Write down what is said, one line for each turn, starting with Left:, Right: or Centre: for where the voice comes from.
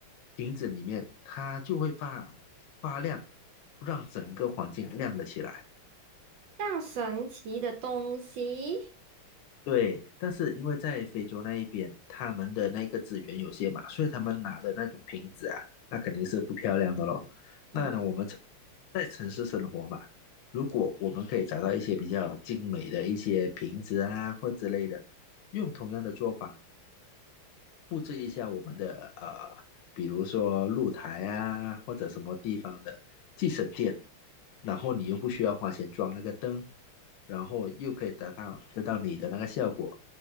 Left: 瓶子里面它就会发发亮，让整个环境亮了起来。
Right: 像神奇的东西，
Left: 对，但是因为在非洲那一边，他们的那个资源有限嘛，所以他们拿的那种瓶子啊，那肯定是不漂亮的喽。
Right: 嗯。
Left: 那呢，我们城在城市生活嘛，如果我们可以找到一些比较精美的一些瓶子啊或之类的，用同样的做法。布置一下我们的呃，比如说露台啊，或者什么地方的，既省电，然后你又不需要花钱装那个灯，然后又可以达到得到你的那个效果，